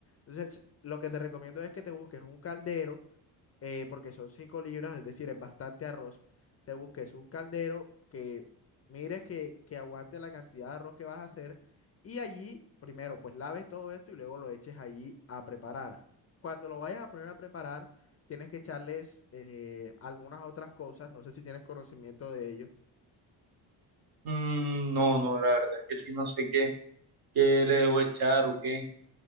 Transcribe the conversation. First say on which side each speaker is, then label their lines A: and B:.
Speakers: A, on the left (about 35°); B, on the right (about 55°).
A: Entonces, lo que te recomiendo es que te busques un caldero eh, porque son 5 libras, es decir, es bastante arroz, te busques un caldero que mires que, que aguante la cantidad de arroz que vas a hacer y allí primero pues laves todo esto y luego lo eches allí a preparar. Cuando lo vayas a poner a preparar, tienes que echarles eh, algunas otras cosas, no sé si tienes conocimiento de ello.
B: Mm, no, no, la verdad es que sí, no sé qué, qué le debo echar o qué,